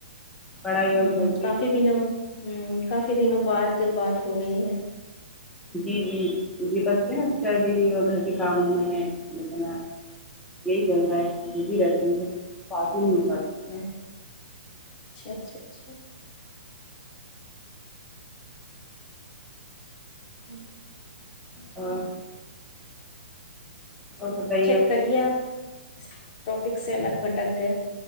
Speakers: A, in the centre; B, on the left (about 40°).
A: پڑھائی اور
B: ہ
A: گھر کی
B: کافی دنوں ہ کافی دنوں بعد بعد کو رہے ہیں
A: جی جی یہ بستے نا اس گھر کے کاموں میں اتنا یہی چل رہا ہے بزی رہتی ہوں تو بات ہی نہیں ہوتی
B: ہ چھا اچھا اچھا ہی <inaudible>
A: ہاں <inaudible> اکتہ
B: چیک کریے آپ اس ٹاپک سے الگ بھٹک گئے